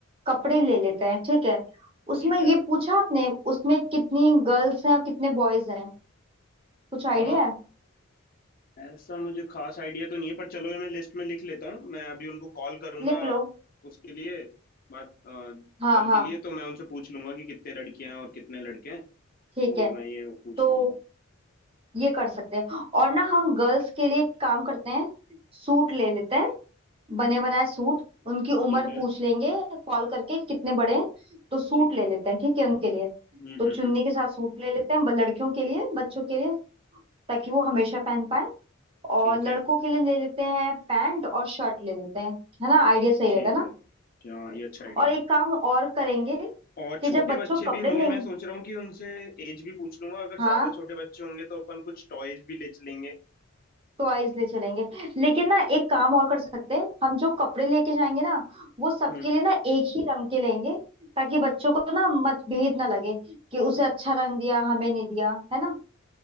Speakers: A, on the right; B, on the left.
A: कपड़े ले लेते हैं ठीक है उसमें
B: ठीक है
A: ये पूछा आपने उसमें कितनी गर्ल्स हैं और कितने बॉयज हैं कुछ आइडिया
B: अ
A: है
B: ऐसा मुझे खास आइडिया तो नहीं है पर चलो ये मैं लिस्ट में लिख लेता हूँ मैं अभी उनको कॉल करूंगा
A: लिख लो
B: उसके लिए बात अ,
A: हाँ
B: कल
A: हाँ
B: के लिए तो मैं उनसे पूछ लूंगा कि कितने लड़कियां हैं और कितने लड़के हैं
A: ठीक
B: तो
A: है
B: मैं ये पूछ
A: तो
B: ही लूंगा
A: ये कर सकते हैं और ना हम गर्ल्स के लिए एक काम करते हैं सूट ले लेते हैं बने बनाए सूट उनकी
B: ठीक
A: उम्र
B: है
A: पूछ लेंगे कॉल करके कितने बड़े हैं तो सूट
B: ठीक
A: ले
B: है
A: लेते हैं ठीक है उनके लिए
B: हम्म
A: तो
B: हम्म
A: चुन्नी
B: हम्म
A: के साथ सूट ले लेते हैं ब- लड़कियों के लिए बच्चों के लिए ताकि वो हमेशा पहन पाए और
B: ठीक
A: लड़कों
B: है
A: के लिए ले लेते हैं पैंट और शर्ट ले लेते हैं है ना आइडिया सही
B: ठीक
A: रहेगा ना
B: है हाँ ये अच्छा आइडिया
A: और एक
B: है
A: काम और करेंगे
B: और
A: कि
B: छोटे
A: जब बच्चों
B: बच्चे
A: कपड़े
B: भी होंगे
A: लेंगे
B: मैं सोच रहा हूँ कि उनसे एज भी पूछ लूंगा अगर
A: हाँ
B: ज्यादा छोटे बच्चे होंगे तो अपन कुछ टॉयज भी ले चलेंगे
A: टॉयज ले चलेंगे लेकिन ना एक काम और कर सकते हैं हम जो कपड़े लेके जाएंगे ना वो सबके
B: हम्म
A: लिए ना एक ही रंग के लेंगे ताकि बच्चों को ना मतभेद ना लगे कि उसे अच्छा रंग दिया हमें नहीं दिया है ना